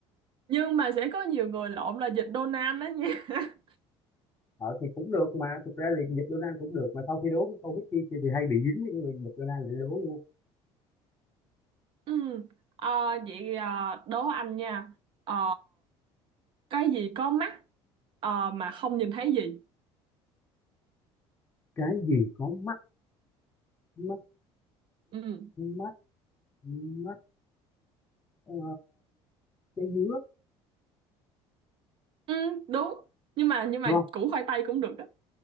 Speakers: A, on the right (about 50°); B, on the left (about 15°).
A: nhưng mà sẽ có nhiều người lộn là vịt Donald đó nha <laughs>
B: ờ thì cũng được mà thực ra thì dịch Donald cũng được mà sau khi đố cái câu Mickey kia thì hay bị dính với cái người dịch Donald để đố luôn
A: ừ ờ, vậy ờ, đố anh nha ờ, cái gì có mắt ờ, mà không nhìn thấy gì
B: cái gì có mắt mắt
A: ừ
B: mắt mắt ờ, trái dứa
A: ừ đúng nhưng mà nhưng mà
B: đúng không
A: củ khoai tây cũng được á